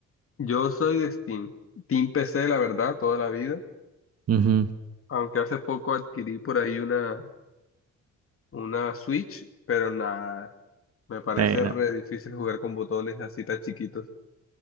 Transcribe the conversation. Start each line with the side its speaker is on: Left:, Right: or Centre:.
Left: Yo soy de Steam, Team PC, la verdad, toda la vida.
Right: Ujú.
Left: Aunque hace poco adquirí por ahí una, una Switch, pero nada, me parece
Right: Eh, no.
Left: re difícil jugar con botones así tan chiquitos.